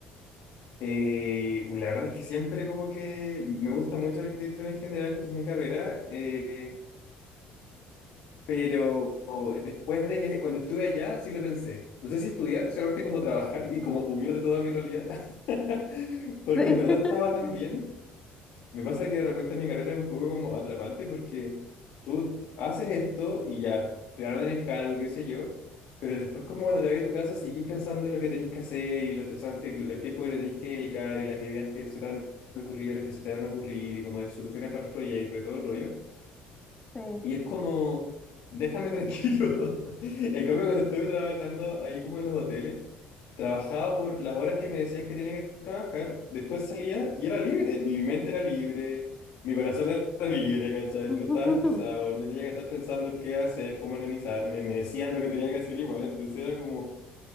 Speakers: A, on the left; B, on the left.
A: Eh, uy, la verdad es que siempre como que me gusta mucho la arquitectura en general, que es mi carrera, eh, pero después de que cuando estuve allá sí lo pensé. No sé si estudiar, solamente como trabajar y como huir de toda mi realidad, <laughs> porque
B: Sí.
A: en verdad
B: <laughs>
A: estaba tan bien. Me pasa que de repente mi carrera es un poco como atrapante porque tú haces esto y ya te dan el encargo, y qué sé yo, pero después como cuando te vas a tu casa seguís pensando en lo que tenés que hacer y lo estresante, que- el tiempo que le tenés que dedicar y las ideas que se te han ocurrido, las que se te van a ocurrir y como de soluciones para el proyecto y todo el rollo.
B: Sí.
A: Y es como, déjame tranquilo. <laughs> En cambio, cuando estuve trabajando ahí como en los hoteles, trabajaba por las horas que me decían que tenía que trabajar, después salía y era libre, y mi mente era libre, mi corazón <laughs> era libre, ¿cachai?
B: <laughs>
A: No estaba estresado, no tenía que estar pensando qué hacer, cómo organizarme, me decían lo que tenía que hacer igual, entonces era como,